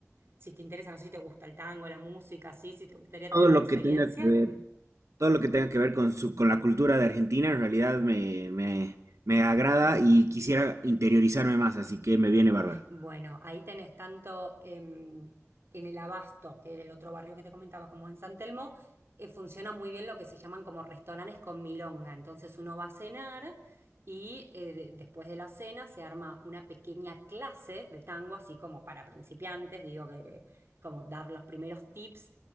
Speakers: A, on the right; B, on the right.
A: si te interesa, no sé si te gusta el tango, la música, sí, si te gustaría
B: Todo
A: tener una
B: lo
A: experiencia.
B: que tenga que ver, todo lo que tenga que ver con su, con la cultura de Argentina, en realidad me, me, me agrada y quisiera interiorizarme más, así que me viene bárbaro.
A: Bueno, ahí tenés tanto em, en el Abasto, que era el otro barrio que te comentaba, como en San Telmo, eh, funciona muy bien lo que se llaman como restaurantes con milonga. Entonces uno va a cenar y eh, de- después de la cena se arma una pequeña clase de tango, así como para principiantes, digo que, que como dar los primeros tips,